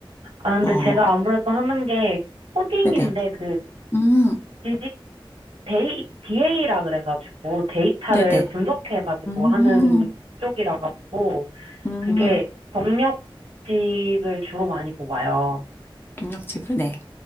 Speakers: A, on the right (about 80°); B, on the left (about 25°).
A: 아,
B: 뭐,
A: 근데 제가 아무래도 하는 게 코딩인데
B: 네네.
A: 그
B: 음,
A: 디지 데이, DA라 그래가지고 데이터를
B: 네네.
A: 분석해가지고
B: 음,
A: 하는 쪽이라 가지고
B: 음,
A: 그게 경력직을 주로 많이 뽑아요.
B: 경력직을, 네.